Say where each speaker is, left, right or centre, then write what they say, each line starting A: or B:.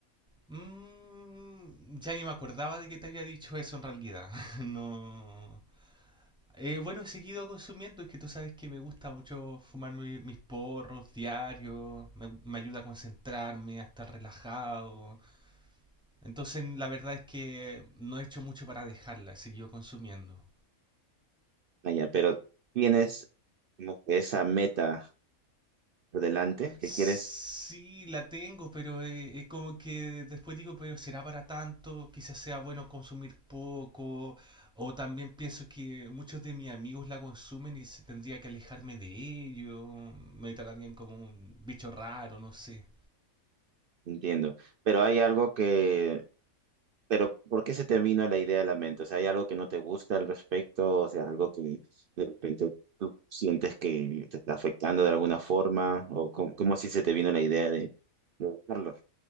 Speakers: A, in the centre; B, on the right.
A: Mm, ya ni me acordaba de que te había dicho eso en realidad. <laughs> No. Eh, bueno, he seguido consumiendo, es que tú sabes que me gusta mucho fumar mi- mis porros diarios, me, me ayuda a concentrarme, a estar relajado. Entonces, la verdad es que no he hecho mucho para dejarla, he seguido consumiendo.
B: Ah, ya, pero tienes como que esa meta por delante que
A: Sí,
B: quieres,
A: la tengo, pero eh, es como que después digo, pero será para tanto, quizás sea bueno consumir poco, o también pienso que muchos de mis amigos la consumen y se- tendría que alejarme de ello, me tratarían como un bicho raro, no sé.
B: entiendo, pero hay algo que Pero, ¿por qué se te vino la idea a la mente? O sea, ¿hay algo que no te gusta al respecto? O sea, algo que de repente tú sientes que te está afectando de alguna forma, o cómo, cómo así se te vino la idea de de hacerlo?